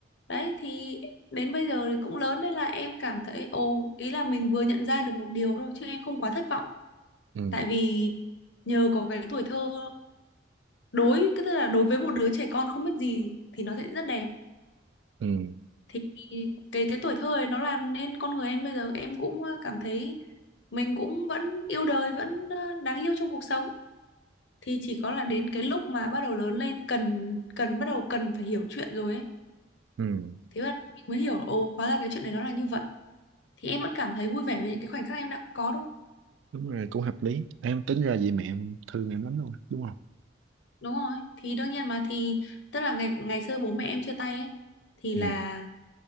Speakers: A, on the left; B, on the right.
A: đấy thì đến bây giờ thì cũng lớn nên là em cảm thấy ồ ý là mình vừa nhận ra được một điều thôi chứ em không quá thất vọng
B: ừ
A: tại vì nhờ có cái tuổi thơ đối cái tức là đối với một đứa trẻ con không biết gì thì nó sẽ rất đẹp
B: ừ
A: thì cái cái tuổi thơ ấy nó làm nên con người em bây giờ em cũng ờ, cảm thấy mình cũng vẫn yêu đời vẫn ờ, đáng yêu trong cuộc sống thì chỉ có là đến cái lúc mà bắt đầu lớn lên cần cần bắt đầu cần phải hiểu chuyện rồi ấy
B: ừ
A: thế mà mình mới hiểu ồ hóa ra cái chuyện này nó là như vậy thì em vẫn cảm thấy vui vẻ với những cái khoảnh khắc em đã có đâu
B: đúng rồi cũng hợp lý em tính ra vì mẹ em thương em lắm luôn á, đúng không
A: đúng rồi thì đương nhiên mà thì tức là ngày ngày xưa bố mẹ em chia tay ấy thì
B: ừ
A: là